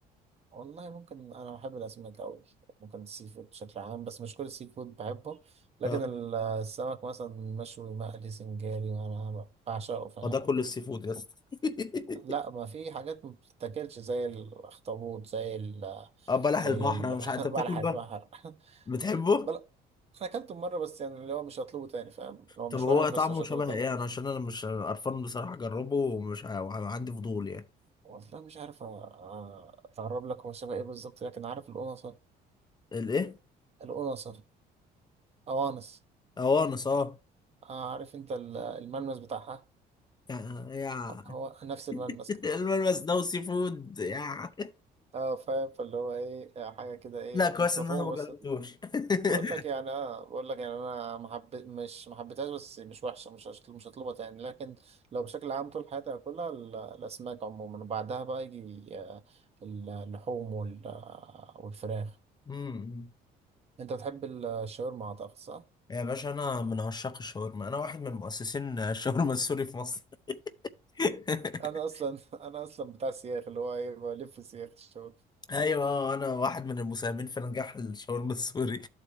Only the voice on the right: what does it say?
والله ممكن انا بحب الاسماك قوي ممكن السي فود بشكل عام بس مش كل السي فود بحبه لكن
ال- السمك مثلا مشوي مقلي سنجاري انا بعشقه فاهم
لا ما في حاجات ما بتتاكلش زي الاخطبوط زي ال
زي
ال
<laughs>
بلح
البحر <laughs>
بل انا اكلته مره بس يعني اللي هو مش هطلبه تاني فاهم اللي هو
مش
وحش
بس مش هطلبه
تاني
والله مش عارف أ- أ- اقرب لك هو شبه ايه بالظبط لكن عارف القنصه
القنصه قوانص
آه، عارف انت ال- الملمس بتاعها
هو نفس الملمس
كده
اه فاهم فاللي هو ايه حاجه كده
ايه
مش
مفهومه
بس
بقول لك يعني اه بقول لك يعني انا محب مش محبتهاش بس مش وحشه مش هشت- مش هطلبها تاني لكن لو بشكل عام طول حياتي هاكلها ال- الاسماك عموما وبعدها بقى يجي آه، اللحوم وال- آه، والفراخ
انت بتحب الشاورما اعتقد صح؟
انا اصلا <laughs> انا اصلا بتاع سياخ اللي هو ايه بلف سياخ الشاورما